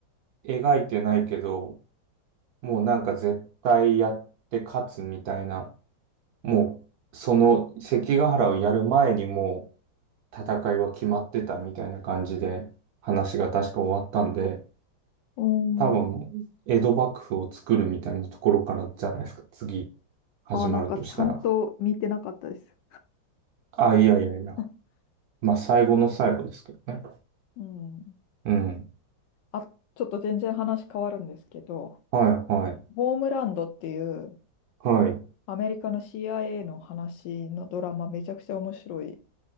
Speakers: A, on the right (about 70°); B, on the left (about 75°).
A: 描いてないけど、もうなんか絶対やって勝つみたいな、もう、その関ヶ原をやる前にもう戦いは決まってたみたいな感じで、話が確か終わったんで、
B: うん。
A: 多分、江戸幕府を作るみたいなところからじゃないですか、次、始まるとしたら。
B: あ、なんかちゃんと見てなかったです。
A: あ、いやいやいや。
B: <laughs>
A: まあ、最後の最後ですけどね。
B: うん。
A: うん。
B: あ、ちょっと全然話変わるんですけど、
A: はい、はい、
B: ボームランドっていう
A: はい。
B: アメリカの CIA の話のドラマめちゃくちゃ面白い